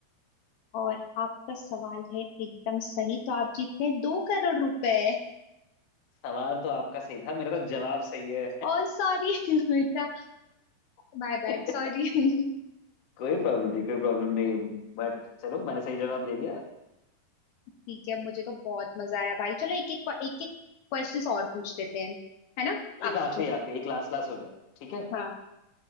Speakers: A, on the left; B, on the left.
A: और आपका सवाल है एकदम सही तो आप जीतते हैं दो करोड़ रुपए
B: सवाल तो आपका सही था मेरा तो जवाब सही है
A: और सॉरी <laughs> मेरा माय बैड
B: <laughs>
A: सॉरी
B: कोई प्रॉब्लम नहीं कोई प्रॉब्लम नहीं बट चलो मैंने सही जवाब दे दिया
A: ठीक है मुझे तो बहुत मजा आया भाई चलो एक एक एक एक क्वेश्चन और पूछ लेते हैं है ना आप
B: एक
A: पूछो
B: आखिरी आखिरी एक लास्ट लास्ट हो जाए ठीक है
A: हाँ